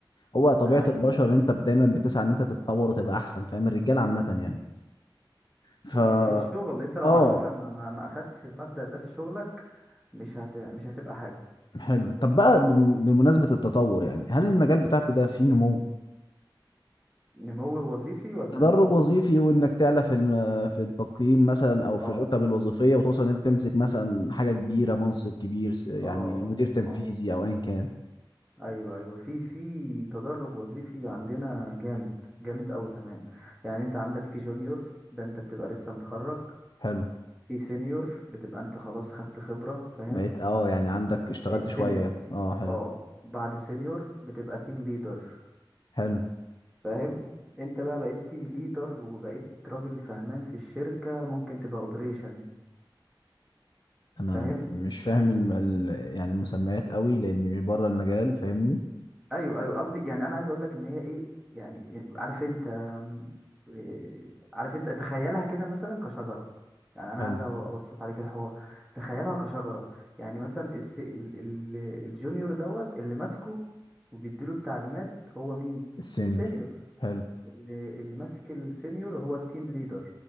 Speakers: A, on the left; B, in the centre.
A: هو طبيعة
B: ده حقيقي،
A: البشر انت دايما بتسعى ان انت تتطور وتبقى احسن فاهم الرجال عامة يعني ف
B: وفي في الشغل أنت لو
A: اه
B: على فكرة ما ما ما أخدتش المبدأ ده في شغلك مش هت مش هتبقى حاجة،
A: حلو طب بقى بم- بمناسبة التطور يعني هل المجال بتاعكم ده فيه نمو
B: نمو وظيفي والّا
A: تدرج
B: نمو
A: وظيفي وانك تعلى في الم- في التقييم مثلا او في
B: آه،
A: الرتب الوظيفيه وتوصل ان انت تمسك مثلا حاجه كبيره منصب كبير س- يعني
B: آه، آه،
A: مدير تنفيذي
B: آه.
A: او ايا كان
B: أيوه، أيوه، في في تدرُّج وظيفي عندنا جامد، جامد أوي كمان، يعني أنت عندك في junior ده أنت بتبقى لسه متخرّج،
A: حلو
B: في senior بتبقى أنت خلاص خدت خبرة فاهم،
A: بقيت اه يعني عندك اشتغلت
B: بقيت
A: شويه
B: senior
A: اه حلو
B: آه، بعد senior بتبقى team leader
A: حلو
B: فاهم، أنت بقى بقيت team leader وبقيت راجل فهمان في الشركة ممكن تبقى operation
A: انا
B: فاهم،
A: م- مش فاهم الم... ال... يعني المسميات قوي لاني بره المجال فاهمني
B: أيوه، أيوه، قصدي يعني أنا عايز أقول لك إن هي إيه، يعني عارف أنت آمم، آآ، عارف أنت تخيّلها كده مثلًا كشجرة، يعني أنا
A: حلو
B: عايز أ أبسّط عليك الحوار، تخيّلها كشجرة، يعني مثلًا الس ال ال الjunior دوّة اللي ماسكه وبيدّي له التعليمات هو مين؟
A: السينيور
B: الsenior
A: حلو
B: اللي اللي ماسك الsenior هو الteam leader